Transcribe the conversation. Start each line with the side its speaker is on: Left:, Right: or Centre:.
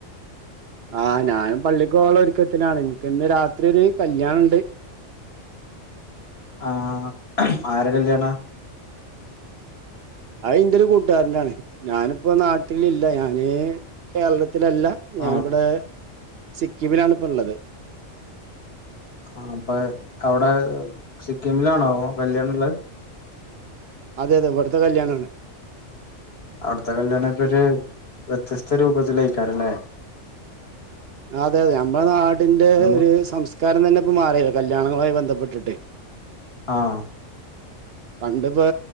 Right: ആഹ ഞാനും പള്ളിക്ക് പോവാനുള്ള ഒരുക്കത്തിലാണ് എനിക്ക് ഇന്ന് രാത്രി ഒരു കല്യാണുണ്ട്.
Left: ആഹ ആരെ കല്യാണ
Right: ആ ഇൻ്റെ ഒരു കൂട്ടുകാരന്റെണ് ഞാനിപ്പോ നാട്ടിലില്ല. ഞാന് കേരളത്തി ത്തിലല്ല ഞാനിവിടെ
Left: ആഹ്
Right: സിക്കിമിലാണ് ഇപ്പോ ഉള്ളത്.
Left: ആ അപ്പൊ അവിടെ സിക്കിമിലാണോ വല്യാണ ഉള്ളത്.
Right: അതെ അതെ ഇവിടുത്തെ കല്യാണാണ്.
Left: അവിടുത്തെ കല്യാണൊക്കെ ഒരു വ്യത്യസ്ത രൂപത്തിൽ കയിക്കാറല്ലേ.
Right: അതെ അതെ നമ്മുടെ നാടിന്റെ
Left: ആഹ്
Right: ഒരു സംസ്കാരം തന്നെ ഇപ്പം മാറി. കല്യാണങ്ങളുമായി ബന്ധപ്പെട്ടിട്ട്
Left: ആഹ
Right: പണ്ടിപ്പോ